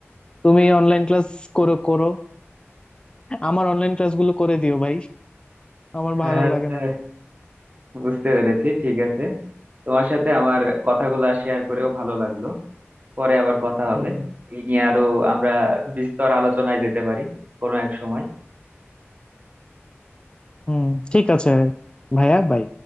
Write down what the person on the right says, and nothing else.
হ্যাঁ
আচ্ছা
বুঝতে পেরেছি ঠিক আছে তোমার সাথে আমার কথাগুলো শেয়ার করেও ভালো লাগলো পরে আবার কথা হবে
এই নিয়ে আরো আমরা বিস্তর আলোচনায় যেতে পারি কোনো এক সময়